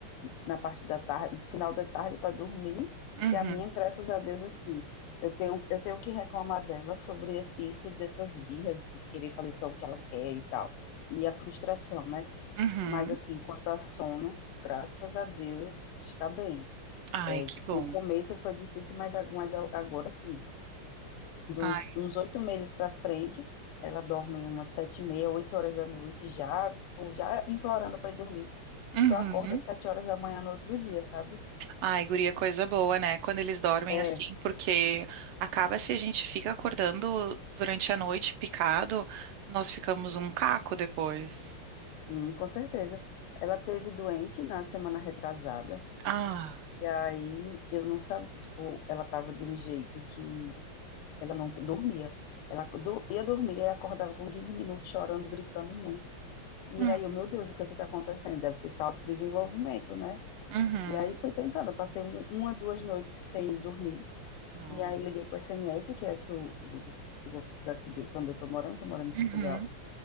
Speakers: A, on the left (about 80°); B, on the right (about 80°).
A: na parte da tarde, final da tarde para dormir,
B: uhum,
A: que a minha, graças a Deus, assim, eu tenho, eu tenho que reclamar dela sobre es- isso, dessas birras de querer fazer só o que ela quer e tal, e a frustração, né?
B: uhum.
A: Mas assim, quanto a sono, graças a Deus, está bem.
B: Ai, que bom.
A: No começo foi difícil, mas, a- mas a- agora sim, de
B: Ai,
A: uns uns oito meses para frente, ela dorme umas sete e meia, oito horas da noite, já, tipo, já implorando para ir dormir, e
B: uhum.
A: só acorda sete horas da manhã no outro dia, sabe?
B: Ai, guria, coisa boa, né? Quando eles dormem
A: É,
B: assim, porque acaba se a gente fica acordando durante a noite picado, nós ficamos um caco depois.
A: sim, com certeza. Ela teve doente na semana retrasada,
B: Ah,
A: e aí eu não sabia, tipo, ela tava de um jeito que ela não dormia. Ela do- ia dormir e acordava com 15 minutos chorando, gritando muito. E
B: hum,
A: aí, eu, meu Deus, o que é que tá acontecendo? Deve ser salto de desenvolvimento, né?
B: uhum.
A: E aí fui tentando, eu passei um- uma, duas noites sem dormir,
B: Nossa.
A: e aí liguei para o SNS, que é aqui o, o, o gov- daqui de, que é onde eu estou morando, estou morando em Portugal,
B: Uhum,